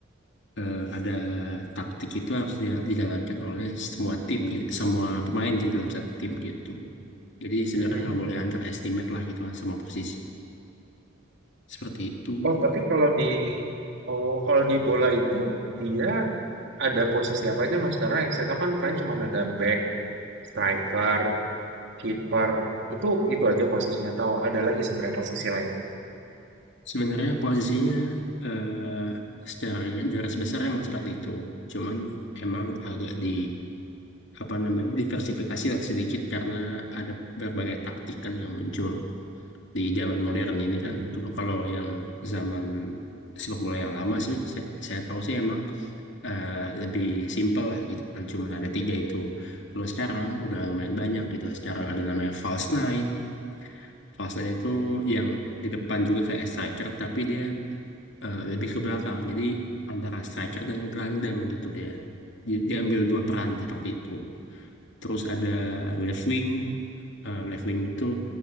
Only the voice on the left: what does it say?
eh, ada taktik itu harus dia- dijalankan oleh semua tim gitu, semua pemain gitu dalam satu tim gitu. Jadi sebenarnya
nggak boleh underestimate lah gitu kan semua posisi. Seperti itu.
Sebenarnya posisinya eh, secara garis besar emang seperti itu. Cuman emang agak di apa namanya diversifikasi lah sedikit karena ada berbagai taktik kan yang muncul di zaman modern ini
kan. Dulu kalau yang zaman sepak bola yang lama sih saya, saya tahu sih emang eh, lebih simpel lah gitu kan cuman ada tiga itu. Kalau sekarang udah lumayan banyak
gitu. Sekarang ada namanya false nine. False nine itu yang di depan juga kayak striker tapi dia eh, lebih ke belakang. Jadi antara striker dan gelandang gitu dia. Di- Dia ambil dua peran seperti itu. Terus ada left wing, eh, left wing itu